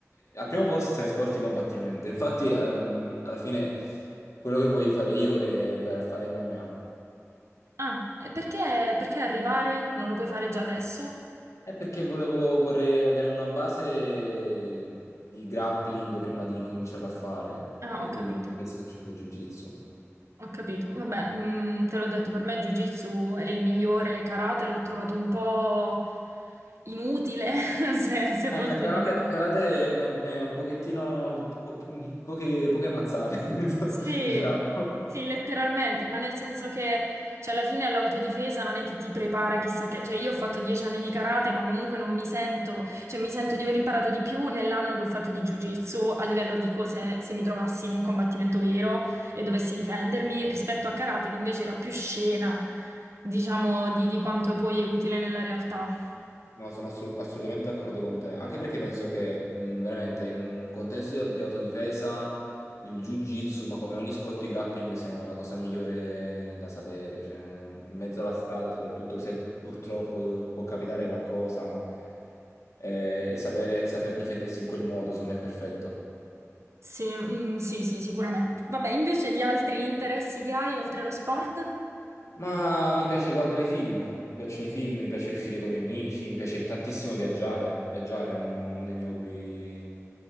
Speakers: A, on the left; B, on the right.
A: al primo posto stanno i sport di combattimento. Infatti, ehm, alla fine quello che voglio fare io è arrivare a fare MMA.
B: Ah, e perché, perché arrivare? Non lo puoi fare già adesso?
A: È perché volevo, vorrei avere una base di grappling prima di incominciarlo a fare.
B: Ah,
A: E
B: ho
A: quindi
B: capito,
A: questo sto facendo jiu-jitsu.
B: ho capito. Vabbè, mm, te l'ho detto, per me Jiu-Jitsu è il migliore, karate l'ho trovato un po' inutile, <laughs> se, se
A: Eh,
B: posso
A: ma karate,
B: dire così.
A: karate è un, è un pochettino po- poche, poche mazzate, <laughs>
B: Sì,
A: diciamo.
B: sì, letteralmente, ma nel senso che, cioè, alla fine l'autodifesa non è che ti prepara chissà che, cioè, io ho fatto dieci anni di karate, ma comunque non mi sento, cioè, mi sento di aver imparato di più nell'anno che ho fatto di jiu-jitsu a livello di cose, se mi trovassi in un combattimento vero e dovessi difendermi, rispetto a karate, che invece era più scena, diciamo, di, di quanto poi è utile nella realtà.
A: No, sono assolu- assolutamente d'accordo con te, anche perché penso che mh, veramente in un contesto di, di autodifesa il jiu-jitsu, ma come ogni sport di grappling, siano la cosa migliore da sapere, cioè, in mezzo alla strada, soprattutto se purtroppo può capitare qualcosa, eh, sapere, saper difendersi in quel modo, secondo me è perfetto.
B: Sì, mm, sì, sì, sicuramente. Vabbè, invece di altri interessi che hai oltre lo sport?
A: Ma mi piace guardare i film, mi piacciono i film, mi piace uscire con i miei amici, mi piace tantissimo viaggiare. Viaggiare è uno, uno dei miei hobby